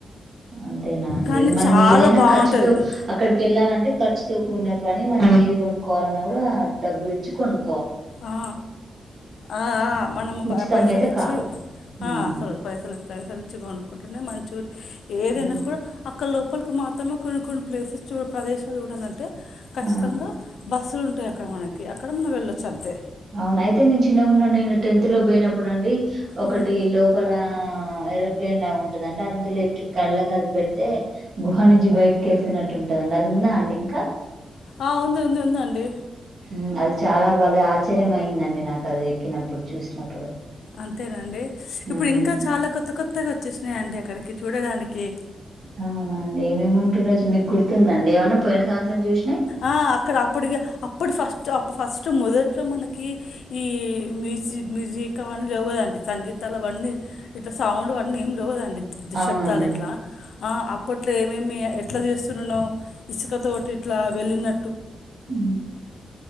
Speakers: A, on the right; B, on the left.
A: అంతేనా అండి
B: కానీ
A: మనం
B: చాలా
A: ఏదైనా
B: బాగుంటుంది
A: ఖర్చుతో అక్కడికి వెళ్ళాలంటే ఖర్చుతో కూడిన పని మనం ఏది కొనుక్కోవాలన్నా కూడా డబ్బులు ఇచ్చి కొను
B: అ అ ఆ మనం
A: ఉచితం
B: పైసలుచ్చి
A: అయితే కాదు ఉమ్
B: అ పైసలు పైసలు ఇచ్చి కొనుక్కుంటేనే మంచి ఏదైనా
A: ఉమ్
B: కూడా అక్క లు లోపలికి మాత్రమే కొన్ని కొన్ని ప్లేసెస్స్ చూ ప్రదేశాలు చూడాలంటే ఖచ్చితంగా
A: ఆ
B: బస్సులు ఉంటాయి అక్కడ మనకి అ క్కడ మనం వెళ్ళో చ్ అంతే
A: అవునా అయితే నేను చిన్నగా ఉన్న నేను టెన్త్ లో పోయినప్పుడు అండి ఒకటి
B: ఉమ్.
A: లోపల ఆ ఏరోప్లేన్ లా ఉంటందండి అందులో ఎక్కి కళ్ళ కి అది పెడితే గుహ నుంచి బయటకి వెళ్తున్నట్టు ఉంటదండి అది వుందా అండి ఇంకా
B: అ ఉంది ఉంది ఉందండి
A: మ్ అది చాలా భలే ఆశ్చర్యం అయిందండి నాకు గది ఎక్కినప్పుడు చూసినప్పుడు
B: అంతేనా అండి స్ ఇప్పుడు
A: ఉమ్,
B: ఇంకా చాలా కొత్త కొ త్త గా వచ్చేసినాయంట అక్కడికి చూడడానికి
A: అవునా అండి ఏమేమి ఈరోజు మీకు గుర్తుంద అండి ఏమన్న పోయిన సంవత్సరం చూసినా
B: అ అక్కడ అప్పటికి అప్పుడు ఫస్ట్ అప్పు ఫస్ట్ మొదట్లో మనకి ఈ మ్యూజి మ్యూజిక్ అవన్నీ లేవు కదండి సంగీతాలు అవన్నీ ఇట్లా సౌండ్ అన్నీ ఏమి లేవు కదండి పెద్ద
A: అవునండి
B: శబ్దాలు ఇట్లా ఆ అప్పట్లో ఏమే మీర్ ఎట్లా చేస్తున్నానో ఇసుకతోటి ఇట్లా వెళ్ళిన
A: మ్